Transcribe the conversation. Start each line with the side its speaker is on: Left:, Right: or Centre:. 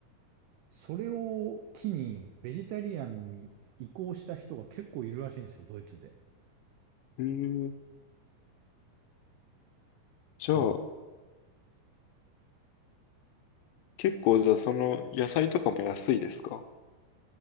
Right: それを機に、ベジタリアンに移行した人が結構いるらしいんですよ、ドイツで。
Left: えー、じゃあ、
Right: そう。
Left: 結構じゃあその野菜とかも安いですか